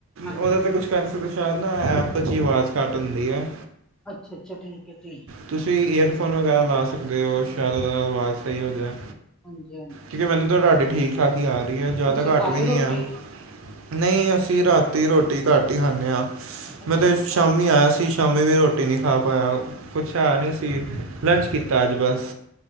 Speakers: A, in the centre; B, on the right.
A: ਹਾਂਜੀ
B: ਉਹਦਾ ਤੇ ਕੁਛ ਕਰ ਨੀ ਸਕਦੇ ਸ਼ਾਇਦ ਨਾ ਐਪ ਚ ਹੀ ਆਵਾਜ਼ ਘੱਟ ਹੁੰਦੀ ਹੈ।
A: ਅੱਛਾ ਅੱਛਾ, ਠੀਕ ਹੈ ਜੀ।
B: ਤੁਸੀਂ ਈਅਰਫੋਨ ਵਗੈਰਾ ਲਾ ਸਕਦੇ ਹੋ ਸ਼ਾਇਦ ਉਹਦੇ ਨਾਲ ਆਵਾਜ਼ ਸਹੀ ਹੋ ਜਾਵੇ।
A: ਹਾਂਜੀ-ਹਾਂਜੀ।
B: ਕਿਉਂਕਿ ਮੈਨੂੰ ਤਾਂ ਤੁਹਾਡੀ ਠੀਕ ਠਾਕ ਹੀ ਆ ਰਹੀ ਹੈ ਜ਼ਿਆਦਾ
A: ਤੁਸੀਂ
B: ਘੱਟ
A: ਖਾ
B: ਵੀ
A: ਲਈ
B: ਨਹੀਂ
A: ਰੋਟੀ
B: ਆ। ਨਹੀਂ ਅਸੀਂ ਰਾਤੀ ਰੋਟੀ ਘੱਟ ਹੀ ਖਾਂਦੇ ਹਾਂ
A: ਅੱਛਾ
B: ਮੈਂ ਤਾਂ
A: ਅੱਛਾ
B: ਸ਼ਾਮੀ ਆਇਆ ਸੀ ਸ਼ਾਮੀ ਵੀ ਰੋਟੀ ਨਹੀਂ ਖਾ ਪਾਇਆ ਕੁਛ ਹੈ ਨਹੀਂ ਸੀ ਲੰਚ ਕੀਤਾ ਅੱਜ ਬਸ।